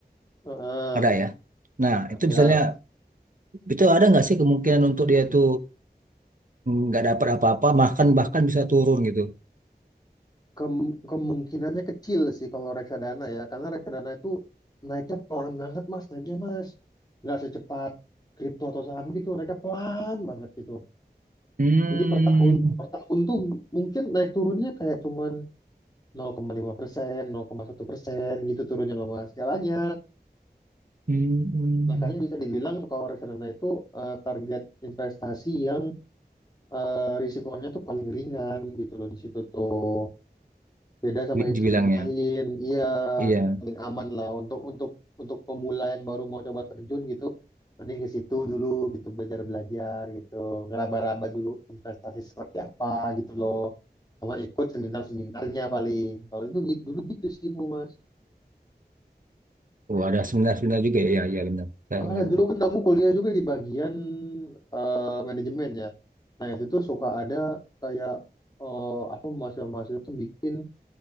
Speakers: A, on the left; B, on the right.
A: Heeh,
B: ada ya. Nah,
A: ada
B: itu misalnya itu ada nggak sih kemungkinan untuk dia itu nggak dapat apa-apa, bahkan bahkan bisa turun gitu
A: Kem- kemungkinannya kecil sih kalau reksadana ya, karena reksadana itu naiknya pelan banget mas, naiknya mas. Nggak secepat kripto atau saham gitu, naiknya pelan banget gitu.
B: Hmm.
A: Jadi per tahun, per tahun tuh mungkin naik turunnya kayak cuman 0,5%, 0,1% gitu turunnya loh mas. Nggak banyak.
B: Hmm. Hmm.
A: Makanya bisa dibilang kalau reksadana itu eh, target investasi yang eh, risikonya tuh paling ringan gitu loh di situ tuh. beda sama
B: di-
A: instrumen
B: dibilangnya.
A: lain iya
B: Iya.
A: itu paling aman lah untuk untuk untuk pemula yang baru mau coba terjun gitu mending ke situ dulu gitu belajar belajar gitu ngeraba-raba dulu investasi seperti apa gitu loh sama ikut seminar seminarnya paling kalau itu gi- dulu gitu sih Bu Mas
B: Oh, ada seminar-seminar juga ya. Iya, iya benar. Saya
A: Ah,
B: dengar
A: ya dulu
B: tuh.
A: kan aku kuliah juga di bagian eh, manajemen ya. Nah itu tuh suka ada kayak eh, apa mahasiswa-mahasiswa tuh bikin